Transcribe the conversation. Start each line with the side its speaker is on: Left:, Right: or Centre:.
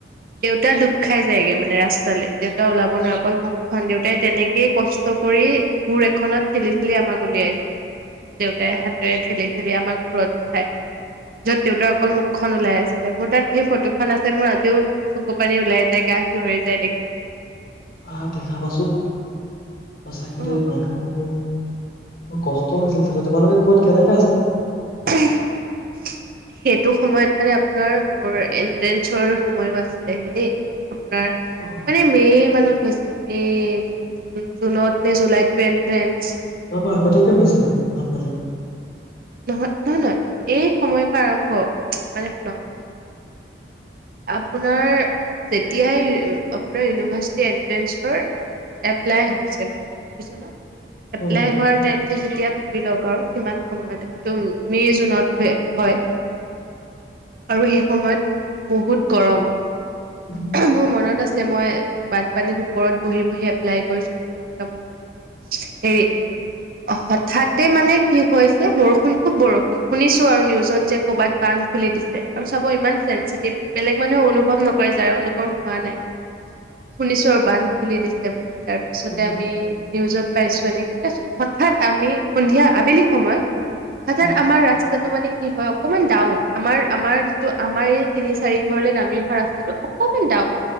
Right: দেউতা দুব খাই যায়গে মানে ৰাস্তালৈ দেউতা ওলাব নোৱাৰে অকল মুখখন দেউতাই তেনেকেই কষ্ট কৰি ভোৰ এখনত ঠেলি ঠেলি আমাক উলিয়াইছিলে দেউতাই হাতেৰে ঠেলি ঠেলি আমাক ভৰত উঠাই যত দেউতাৰ অকল মুখখন ওলাই আছিলে মোৰ তাত সেই ফটোখন আছে মোৰ আজিও চকু পানী ওলাই যায় গা শিয়ৰি যায় দেখিলে
Left: আহ দেখাবাচোন সচাকে
Right: বাৰু
Left: দেই
Right: হ'ব
Left: মানুহৰ ব কষ্ট হৈছিল ত তোমালোকে ক'ত কেনে
Right: সেইটো সময়ত মানে আপোনাৰ মোৰ এ ট্ৰেন্ঞ্চৰ সময়ো আছিলেহি দেই আপোনাৰ
Left: অ'
Right: মানে মে মানত মে জ জুনত নে জুলাইত টেণ্ডন টেষ্ট
Left: যোৱাবাৰ আগতীয়াকে হৈছিলে। বানপানী
Right: নহয় নহয় নহয় এই সময়ৰ পৰা আৰম্ভ মানে শুনক আপোনাৰ যেতিয়াই আপোনাৰ ইউনিভাৰ্চিটি এনট্ৰেঞ্চৰ এপ্লাই হৈছে মানে বুজিছে ন এপ্লাই
Left: অ'
Right: হোৱাৰ টাইম। ত যেতিয়া ভাব লও আৰু সিমান সময়ত হয়তো মে জুনত হয় আৰু সেই সময়ত বহুত গৰম
Left: উম
Right: মোৰ মনত আছে মই বানপানীত ওপৰত বহি বহি এপ্লাই কৰিছিলো ম'হৰ কামোোৰ খাই খাই হেৰি হঠাৎ তাতে মানে কি হৈছে বৰষুণ খুব বৰষুণ শুনিছো আৰু নিউজত যে ক'ৰবাত বান্ধ খুলি দিছে আৰু চাব ইমান চেঞ্চিটিভ বেলেগ মানুহে অনুভৱ নকৰে যলোকৰ হোৱা নাই শুনিছো আৰু বান্ধ খুলি দিছে বুলি তাৰপিছতে
Left: উম
Right: আমি নিউজত পাইছো এনেকে তাৰপিছত হঠাৎ আমি। সন্ধিয়া আবেলি সময়ত হঠাৎ
Left: উম
Right: আমাৰ ৰাস্তাটো মানে কি হয় অকমান ডাউন আমাৰ আমাৰ যিটো আমাৰ এই তিনি চাৰি ঘৰলে নামি অহা ৰাস্তাটো অকমান ডাউন